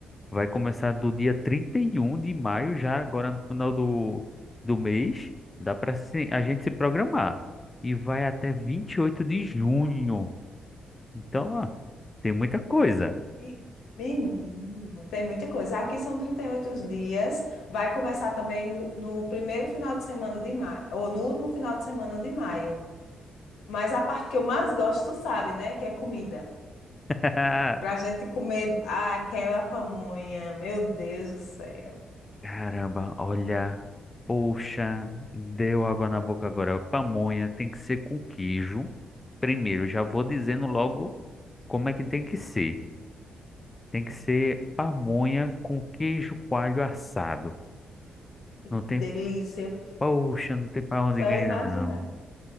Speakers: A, on the left (about 25°); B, on the left (about 75°).
A: vai começar do dia 31 de maio, já agora no final do, do mês. Dá para a gente se programar. E vai até 28 de junho.
B: Tá.
A: Então, ó, tem muita coisa.
B: E- Menino, tem muita coisa. Aqui são 38 os dias. Vai começar também no, no primeiro final de semana de maio, ou no último final de semana de maio. Mas a parte que eu mais gosto, tu sabe, né? Que é comida.
A: <laughs>
B: Pra gente comer aquela pamonha. Meu Deus do céu,
A: Caramba, olha, poxa, deu água na boca agora. Pamonha tem que ser com queijo. Primeiro, já vou dizendo logo como é que tem que ser. Tem que ser pamonha com queijo coalho assado.
B: que
A: Não tem,
B: delícia.
A: poxa, não tem pra onde
B: Só
A: ganhar,
B: imaginar.
A: não.